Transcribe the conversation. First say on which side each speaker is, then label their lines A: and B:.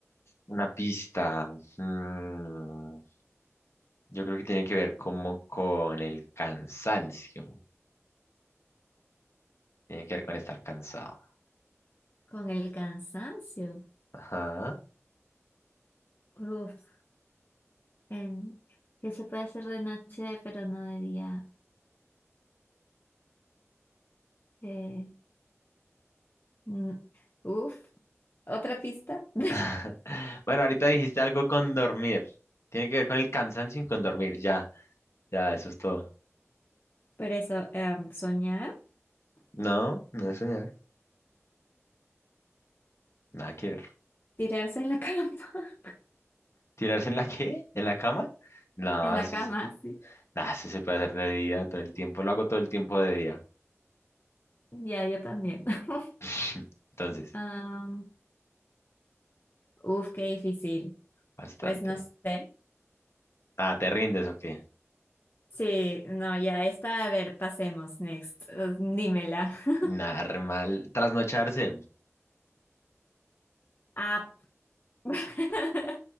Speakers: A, on the left; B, on the left.
A: Una pista. mm, yo creo que tiene que ver como con el cansancio. Tiene que ver con estar cansado.
B: Con el cansancio.
A: Ajá.
B: Uf, en, ¿qué se puede hacer de noche pero no de día? Eh, mm, uf, otra pista. <laughs>
A: <laughs> Bueno, ahorita dijiste algo con dormir. Tiene que ver con el cansancio y con dormir. Ya, ya, eso es todo.
B: Pero eso, em, soñar,
A: No, no es soñar. Nada que ver.
B: tirarse en la cama. <laughs>
A: ¿Tirarse en la qué? ¿En la cama? No,
B: En la
A: eso
B: cama,
A: es-
B: sí.
A: nah, eso se puede hacer de día todo el tiempo. Lo hago todo el tiempo de día.
B: Ya, yo también. <laughs>
A: <laughs> Entonces,
B: Am, uf, qué difícil.
A: bastante.
B: Pues no sé.
A: Ah, ¿te rindes o qué?
B: Sí, no, ya está. A ver, pasemos. Next. Eh, Dímela. <laughs>
A: Nada, re mal. Trasnocharse.
B: Ah, <laughs>